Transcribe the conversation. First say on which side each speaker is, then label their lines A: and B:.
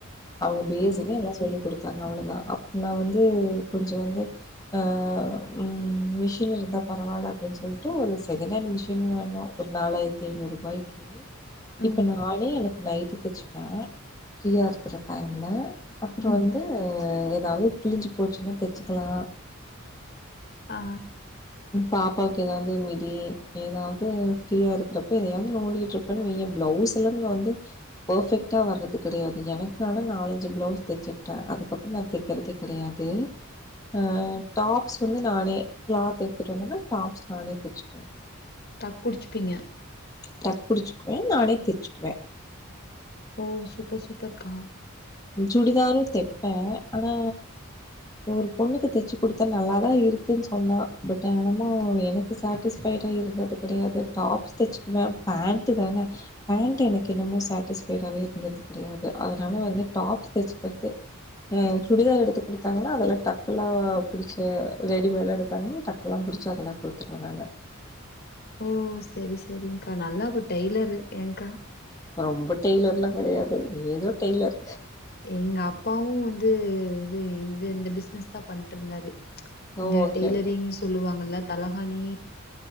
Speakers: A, on the left; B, on the left.
A: அவுங்க பேசிக்கா
B: ஓ
A: எல்லா சொல்லிக் குடுத்தாங்க அவ்வளவுதா அப்பனா வந்து கொஞ்சோ வந்து அ ஆ மிஷின் இருந்தா பரவாயில்ல அப்டின்னு சொல்ட்டு ஒரு செக்ஹண்ட் மிஷின் வாங்கினோ ஒரு நாலாயிர த்தி ஐநூறு ரூபாய்க்கு
B: ம்
A: இப்ப நானே எனக்கு நைட்டி தெச்சுப்பே ஃப்ரீயா இருக்கிற டைம்ல அப்புறோ
B: ம்
A: வந்து எதாவது கிழிஞ்சு போச்சுன்னா தெச்சுக்கலா
B: ஆ
A: பாப்பாவுக்கு எதாவது மிடி ஏதாவது ஃப்ரீயா இருக்கிறப்ப எதயாவது நோண்டிகிட்டு இருப்பன்னு வெய் பிளவுஸ்லா இங்க வந்து பர்ஃபெக்டா வர்றது கெடையாது எனக்கு ஆனா நாலஞ்சு பிளவுஸ் தெச்சிகிட்டே அதுக்கப்புறோ நா தெக்கறதே கெடையாது ஆ டாப்ஸ் வந்து நானே கிளாத் எடு த்துட்டு வந்தனா டாப்ஸ் நானே தெச்சுக்குவே
B: டக் புடிச்சுப்பீங்க
A: டக் புடிச்சுக்குவே நானே தெச்சுக்குவே
B: ஓ சூப்பர் சூப்பர்க்கா
A: சுடிதாரு தெப்பே ஆனா ஒரு பொண்ணுக் தச்சு கொடுத்த நல்லாதா இருக் அப்படின்னு சொன்னா பட் என்னமோ எனக்கு சாட்டிஸ்ஃபைடா இருந்தது கிடையாது டாப்ஸ் தெச்சுக்குவ பேண்டு தான பேண்டு எனக்கு இன்னமு சாட்டிஸ்ஃபைடாவே இருந்தது கெடையாது அதனால வந்து டாப்ஸ் தச்சக்கர்து உம் சுடிதார் எடுத்து கொடுத்தாங்கனா அதெல டக்குெல்லா புடிச்சு ரெடிமேடா எடுத்தாங்கனா டக்கெல்லா புடி புடிச்சதெல்லா கொடுத்துருவோ நாங்க
B: ஓ சரி சரிங் கா நல்லா ஒரு டெய்லரு ஏங்கா
A: ரொம்ப டெய்லர்ல்லா கெடையாது ஏதோ டெய்லர்
B: எங்க அப்பாவு வந்து இது இந்த இந்த பிசினஸ் தா பண்ணிட்டு இருந்தாரு இந்த
A: ஓகே
B: டெய்லரிங்
A: ஓகே
B: சொல்லுவாங்கல்ல தலஹாணி